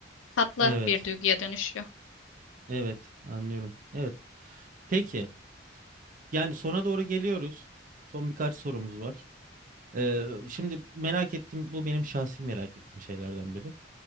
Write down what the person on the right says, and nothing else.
Evet,
evet anlıyorum. Evet. Peki yani sona doğru geliyoruz. Son birkaç sorumuz var. Ee, şimdi merak ettim, bu benim şahsi merak ettiğim şeylerden biri.